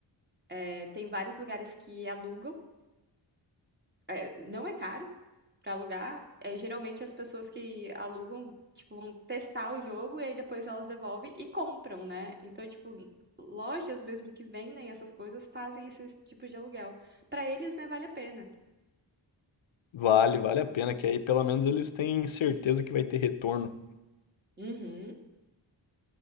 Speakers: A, on the right (about 20°); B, on the left (about 75°).
A: é, tem vários lugares que alugam é, não é caro pra alugar. É, geralmente as pessoas que alugam, tipo, vão testar o jogo e aí depois elas devolvem e compram, né? Então, tipo, lojas mesmo que vendem essas coisas fazem esses tipos de aluguel. Pra eles, né, vale a pena.
B: Vale, vale a pena, que aí pelo menos eles têm certeza que vai ter retorno.
A: Uhum.